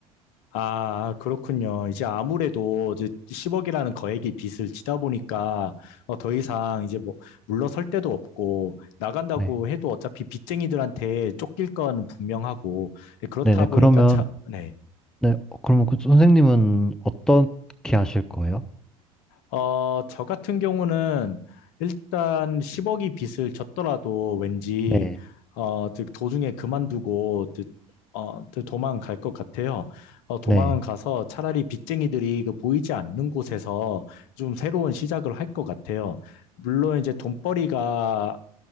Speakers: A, on the left; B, in the centre.
A: 아, 그렇군요. 이제 아무래도 이제 10억이라는 거액의 빚을 지다 보니까 어, 더 이상 이제 뭐 물러설 데도 없고 나간다고
B: 네,
A: 해도 어차피 빚쟁이들한테 쫓길 건 분명하고 예, 그렇다
B: 네네
A: 보니까
B: 그러면
A: 차, 네.
B: 네 어, 그러면 그 선생님은 어떻게 하실 거예요?
A: 어, 저 같은 경우는 일단 10억이 빚을 졌더라도 왠지,
B: 네,
A: 어, 즉 도중에 그만두고, 즉, 어, 즉 도망갈 것 같아요. 어, 도망은
B: 네,
A: 가서 차라리 빚쟁이들이 그 보이지 않는 곳에서 좀 새로운 시작을 할 것 같아요. 물론 이제 돈벌이가